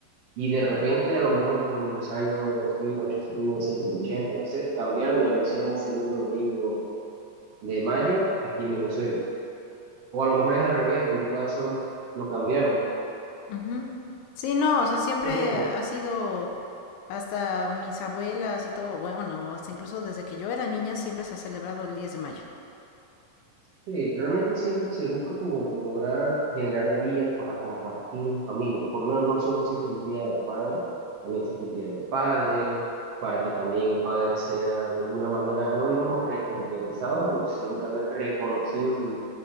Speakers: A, on the right; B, on the left.
A: Y de repente, a lo mejor por los años mil ochocientos, mil novecientos ochenta no sé, cambiaron y lo hicieron el segundo domingo de mayo aquí en Venezuela. O a lo mejor es al revés, en tu caso lo cambiaron.
B: Ujú. Sí, no, o sea, siempre
A: Pero bueno,
B: ha sido hasta mis abuelas y todo, bueno, hasta incluso desde que yo era niña siempre se ha celebrado el 10 de mayo.
A: Sí, realmente siempre se busca como lograr generar días para compartir en familia. Por lo menos no solo existe el Día de la Madre, también existe el Día del Padre, para que también el padre sea de alguna manera, no digamos recompensado, pero sino tal vez reconocido su,